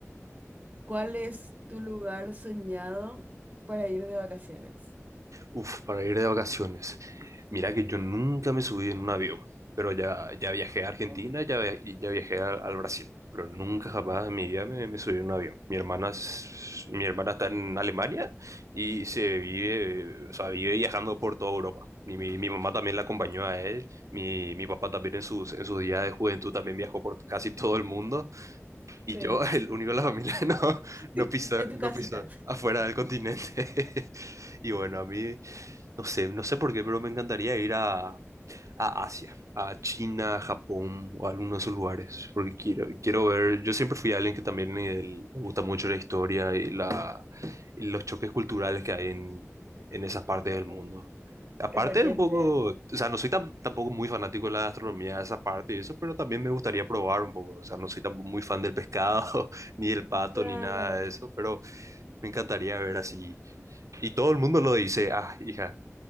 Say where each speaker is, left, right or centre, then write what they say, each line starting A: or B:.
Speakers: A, on the right; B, on the right.
A: ¿Cuál es tu lugar soñado para ir de vacaciones?
B: Uf, para ir de vacaciones. Mira que yo nunca me subí en un avión, pero ya, ya viajé a Argentina
A: Oh,
B: ya, via- y ya viajé a- al Brasil, pero nunca
A: ujú.
B: jamás en mi vida me, me subí en un avión. Mi hermana, es- mi hermana está en Alemania y se vive, o sea, vive viajando por toda Europa. Y mi, mi mamá también la acompañó a él, mi, mi papá también en sus, en sus días de juventud también viajó por casi todo el mundo. Y
A: Sí.
B: yo, <laughs> el único de la familia, <laughs> no, no
A: <laughs>
B: piso,
A: En tu
B: no
A: casita.
B: piso afuera del continente. <laughs> Y bueno, a mí, no sé, no sé por qué, pero me encantaría ir a, a Asia, a China, Japón o a alguno de esos lugares, porque quiero, quiero ver, yo siempre fui alguien que también eh, le gusta mucho la historia y, la, y los choques culturales que hay en, en esas partes
A: En,
B: del mundo. Aparte,
A: en Oriente.
B: un poco, o sea, no soy tam- tampoco muy fanático de la gastronomía, de esa parte y eso, pero también me gustaría probar un poco, o sea, no soy tampoco muy fan del pescado, <laughs> ni del pato,
A: Claro.
B: ni nada de eso, pero me encantaría ver así. Y todo el mundo lo dice, ah, hija,